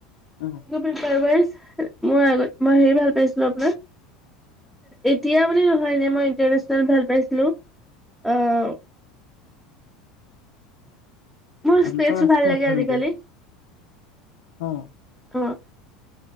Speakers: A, on the left (about 75°); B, in the centre.
A: অ',
B: মই হেই ভাল পাইছিলো আপোনাৰ এতিয়া বুলি নহয় এনে মই ইণ্টাৰনেচনেল ভাল পাইছিলো অ' মোৰ ইষ্টেছো
A: আন্তঃৰাষ্ট্ৰীয়
B: ভাল লাগে
A: অৰ্থনীতি
B: আজিকালি।
A: অ',।
B: উম